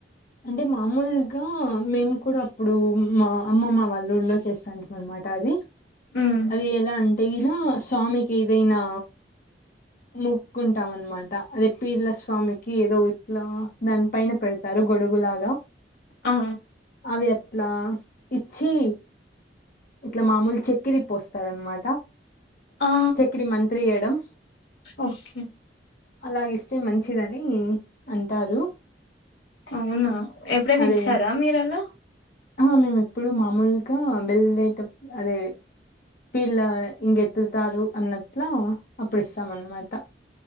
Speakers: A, on the left (about 50°); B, on the left (about 80°).
A: అంటే మామూలుగా మేము కూడా అప్పుడు మా అమ్మమా వాళ్ల్ళూలో చేస్తాం అనమాట అది
B: ఉమ్
A: అది ఎలా అంటే ఈన స్వామికి ఏదైనా మూక్కుకుంటాం అనమాట అదే పీర్ల స్వామికి ఏదో ఇట్లా దాని పైన పెడతారు గొడుగులాగ
B: ఆ
A: అవి అట్లా ఇచ్చి ఇట్లా మామూలు చెక్ చకిరి పోస్తారనమాట
B: ఆ
A: చకిరి మంత్రియడం
B: ఓకే
A: అలాగిస్తే మంచిదని అంటారు
B: అవునా ఎప్పుడైనా
A: అదే
B: ఇచ్చారా మీరు అలా
A: ఆ మేము ఎప్పుడు మామూలుగా వెళ్ళేటప్పుడు అదే వీళ్ళ ఇంకెత్తుతారు అన్నట్లా అప్పుడు ఇస్తాం అన్నమాట